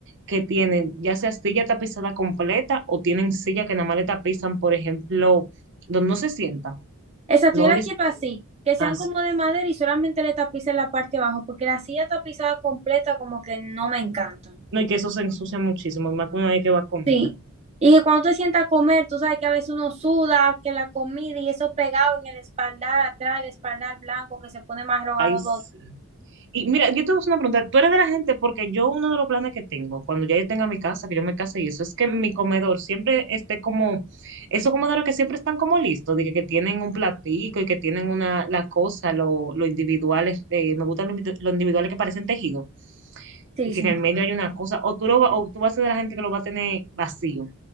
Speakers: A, on the right; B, on the right.
A: que tienen ya sea silla tapizada completa o tienen silla que nada más le tapizan, por ejemplo, donde no se sienta,
B: Exacto,
A: no
B: yo la
A: les
B: quiero así, que sean
A: hace.
B: como de madera y solamente le tapice la parte de abajo, porque la silla tapizada completa como que no me encantan.
A: No, y que eso se ensucia muchísimo, y más que uno ahí que va a comer.
B: Sí, y que cuando tú te sientas a comer, tú sabes que a veces uno suda, que la comida y eso pegado en el espaldar atrás, el espaldar blanco que se pone marrón
A: Ahí
B: a los
A: sí.
B: dos.
A: Y mira, yo te voy a hacer una pregunta. Tú eres de la gente, porque yo uno de los planes que tengo, cuando ya yo tenga mi casa, que yo me case y eso, es que mi comedor siempre esté como, esos comedores que siempre están como listos, de que, que tienen un platico y que tienen una, la cosa, lo, lo individuales, eh, me gustan los individu- los individuales que parecen tejidos,
B: Sí,
A: y
B: sí.
A: que en el medio hay una cosa, o tú, lo, va- o tú vas a ser de la gente que lo va a tener vacío